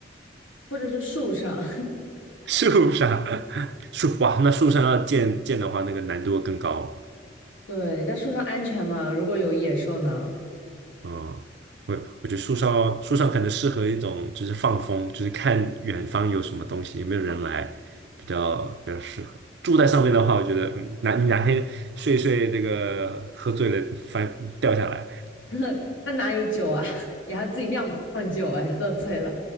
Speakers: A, on the left; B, on the right.
A: 或者是树上，
B: <laughs> 树上，<laughs> 树，哇，那树上要建建的话，那个难度更高。
A: <laughs> 对，在树上安全吗？如果有野兽呢？
B: 嗯，我我觉得树上树上可能适合一种就是放风，就是看远方有什么东西，有没有人来，比较比较适合。住在上面的话，我觉得嗯，哪你哪天睡一睡，这个喝醉了翻掉下来，
A: <laughs> 那哪有酒啊？<laughs> 你还自己酿酿酒哎，喝醉了，